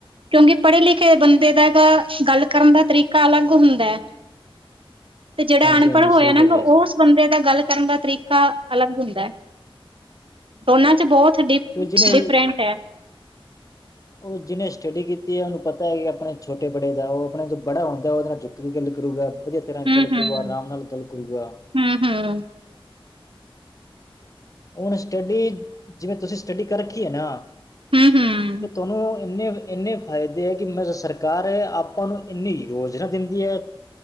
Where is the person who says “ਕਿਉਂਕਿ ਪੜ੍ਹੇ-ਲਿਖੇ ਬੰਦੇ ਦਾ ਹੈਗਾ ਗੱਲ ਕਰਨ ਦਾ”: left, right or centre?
Right